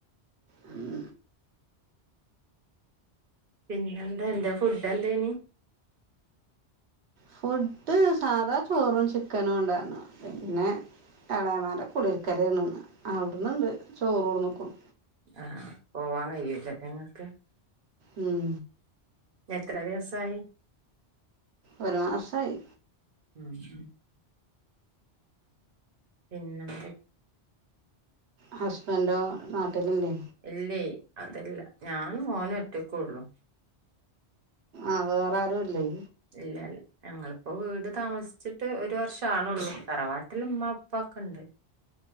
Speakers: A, on the right; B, on the right.
A: ഉം
B: പിന്നെന്താ ന്താ ഫുഡെന്തേനി
A: ഫുഡ് സാധാ ചോറും ചിക്കനും ഉണ്ടാര്ന്നു പിന്നെ എളാമാന്റെ കുടിൽക്കേലേയ്ര്ന്നു ഇന്ന് അവ്ട്ന്ന്ണ്ട് ചോറൊട്ന്ന്ക്ക്ണു
B: ആ പോവാൻ കഴില്ലല്ലെ ങ്ങക്ക്
A: ഉം
B: എത്ര ദിവസായി
A: ഒരു മാസയി
B: ഉമ് പിന്നെന്ത
A: ഹസ്ബന്റോ നാട്ടിലില്ലേ
B: ഇല്ലേ അതല്ല ഞാനും മോനും ഒറ്റ കൊള്ളു
A: ആഹ് വേറെ ആരുല്ലേ
B: ഇല്ലല്ല ഞങ്ങളിപ്പോ വീട് താമസിച്ചിട്ട് ഒരു വർഷംമാണള്ളൂ തറവാട്ടിൽ ഉമ്മ അപ്പ ഒക്കെ ഉണ്ട്